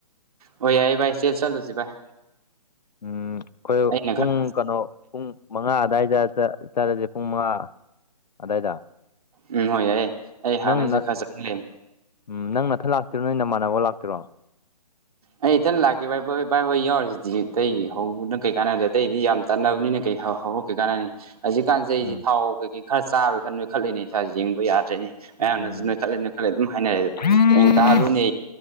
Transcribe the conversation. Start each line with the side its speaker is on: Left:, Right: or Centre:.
Right: ꯑꯣ ꯌꯥꯏꯌꯦ ꯚꯥꯏ ꯆꯠꯂꯨꯁꯤ ꯚꯥꯏ
Left: ꯎꯝ ꯑꯩꯈꯣꯏ
Right: ꯑꯩꯅ
Left: ꯄꯨꯡ
Right: ꯈꯔ
Left: ꯀꯩꯅꯣ ꯄꯨꯡ ꯃꯉꯥ ꯑꯗꯥꯏꯗ ꯆꯠꯂꯁꯦ ꯄꯨꯡ ꯃꯉꯥ ꯑꯗꯥꯏꯗ
Right: ꯎꯝ ꯍꯣꯏ ꯌꯥꯏꯌꯦ ꯑꯩ ꯍꯥꯟꯅꯩꯁꯨ
Left: ꯅꯪ ꯅꯠ
Right: ꯈꯔ ꯆꯠꯅꯤꯡ ꯂꯩꯕ
Left: ꯎꯝ ꯅꯪ ꯅꯊꯟ ꯂꯥꯛꯇꯣꯏꯔꯣ ꯅꯣꯏ ꯅꯃꯥꯟꯅꯕ ꯂꯥꯛꯇꯣꯏꯔꯣ
Right: ꯑꯩ ꯏꯊꯪ ꯂꯥꯛꯀꯦꯚ ꯚꯣꯏ ꯚꯥꯏ ꯍꯣꯏ ꯌꯥꯎꯔꯤꯁꯤꯗꯤ ꯏꯇꯩ ꯍꯧꯕꯅꯪ ꯀꯩ ꯀꯥꯟꯅꯗꯦ ꯑꯇꯩꯗꯤ ꯌꯥꯝ ꯇꯟꯅꯕꯅꯤꯅ ꯀꯩ ꯍꯧꯔꯛꯀꯩ ꯀꯥꯟꯅꯅꯤ ꯍꯧꯖꯤꯛꯀꯥꯟꯁꯦ ꯑꯩꯁꯤ
Left: ꯎꯝ
Right: ꯊꯥꯎ ꯀꯩꯀꯩ ꯈꯔ ꯆꯥꯕꯩ ꯈꯔ ꯅꯣꯏ ꯈꯠꯂꯦꯅꯦ ꯏꯁꯥꯁꯦ ꯌꯦꯡꯕ ꯌꯥꯗ꯭ꯔꯦꯅꯤ ꯃꯌꯥꯝꯅꯁꯨ
Left: ꯎꯝ
Right: ꯅꯣꯏꯈꯠꯂꯦ ꯅꯣꯏꯈꯠꯂꯦ ꯑꯗꯨꯝ ꯍꯥꯏꯅꯔꯦ
Left: ꯑꯥ
Right: ꯃꯌꯦꯡ ꯇꯥꯍꯜꯂꯨꯅꯦ